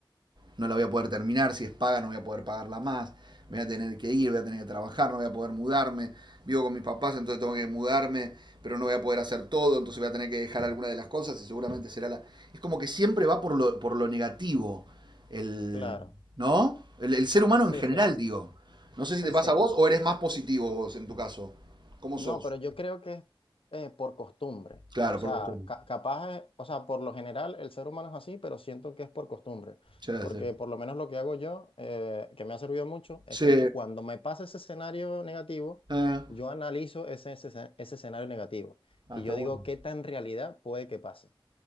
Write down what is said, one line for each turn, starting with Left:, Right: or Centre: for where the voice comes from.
Right: no la voy a poder terminar, si es paga no voy a poder pagarla más, me voy a tener que ir, voy a tener que trabajar, no voy a poder mudarme, vivo con mis papás, entonces tengo que mudarme, pero no voy a poder hacer todo, entonces voy a tener que dejar alguna de las cosas y seguramente será la... Es como que siempre va por lo, por lo negativo, el,
Left: Claro,
Right: ¿no? El, el ser humano
Left: sí,
Right: en general,
Left: sí,
Right: digo. No sé
Left: sí,
Right: si te pasa
Left: sí.
Right: a vos o eres más positivo vos en tu caso. ¿Cómo
Left: No,
Right: sos?
Left: pero yo creo que es eh, por costumbre.
Right: Claro,
Left: O sea,
Right: por costumbre.
Left: ca- capaz, es- o sea, por lo general el ser humano es así, pero siento que es por costumbre.
Right: Sí,
Left: Porque
Right: sí.
Left: por lo menos lo que hago yo, eh, que me ha servido mucho, es
Right: Sí.
Left: que cuando me pasa ese escenario negativo,
Right: eh,
Left: yo analizo ese, ese, ese escenario negativo
Right: Ah,
Left: y
Right: está
Left: yo
Right: bueno.
Left: digo qué tan realidad puede que pase.